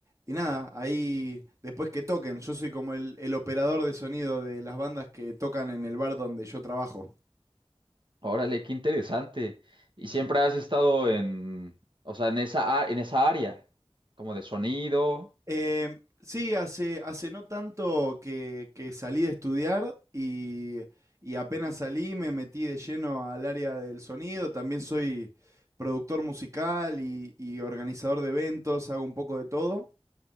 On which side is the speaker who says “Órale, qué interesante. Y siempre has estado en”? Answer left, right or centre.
Right